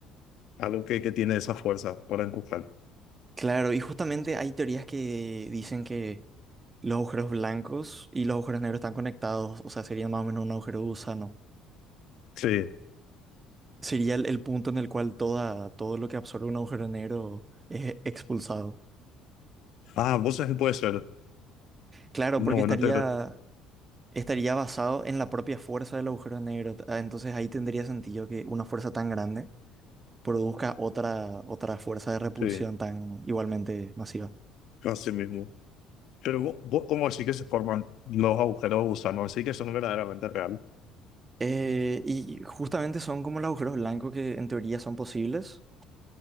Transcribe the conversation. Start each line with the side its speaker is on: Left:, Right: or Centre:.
Left: algo que, que tiene esa fuerza para empujar?
Right: claro, y justamente hay teorías que dicen que los agujeros blancos y los agujeros negros están conectados, o sea, sería más o menos un agujero de gusano.
Left: Sí.
Right: sería el, el punto en el cual toda, todo lo que absorbe un agujero negro es expulsado.
Left: Ah, vos sabés, puede ser.
Right: Claro,
Left: una
Right: porque
Left: buena
Right: estaría,
Left: teoría,
Right: estaría basado en la propia fuerza del agujero negro. Ah, Entonces ahí tendría sentido que una fuerza tan grande produzca otra, otra fuerza de repulsión
Left: sí,
Right: tan igualmente masiva.
Left: así mismo. Pero vos, vos, ¿cómo decís que se forman los agujeros de gusano? Así que eso no es verdaderamente real.
Right: Eh, y justamente son como los agujeros blancos que en teoría son posibles,